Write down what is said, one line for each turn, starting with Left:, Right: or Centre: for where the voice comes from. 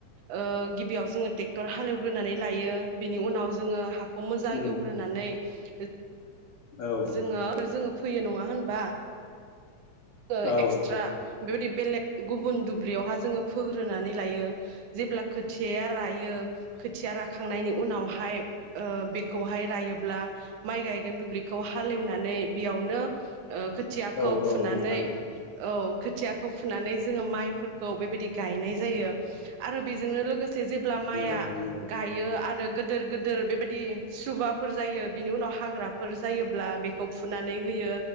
Right: ओ गिबियाव जोङो ट्रेक्टर हालेवग्रोनानै लायो बिनि उनाव जोङो खौ मोजां
Left: उम
Right: एवग्रोनानै <unintelligible>
Left: औ
Right: जोङो जोङो फैयो नङा होनबा? ओ
Left: औ
Right: एक्सट्रा बेबायदि बेलेग गुबुन दुब्लियावहा जोङो फोग्रोनानै लायो जेब्ला खोथियाया रायो खोथिया राखांनायनि उनावहाय ओ बेखौहाय रायोब्ला माइ गायगोन दुब्लि खौ हालेवनानै बेयावनो ओ खोथियाखौ
Left: औ औ
Right: फुनानै
Left: नोंथां
Right: औ खोथियाखौ फुनानै जोङो माइफोरखौ बेबायदि गायनाय जायो आरो बेजोंनो लोगोस से जेब्ला
Left: नंगौ
Right: माइया
Left: नंगौ
Right: गायो आरो गोदोर गोदोर बेबायदि सुबाफोर जायो बिनि उनाव हाग्राफोर जायोब्ला बेखौ फुनानै होयो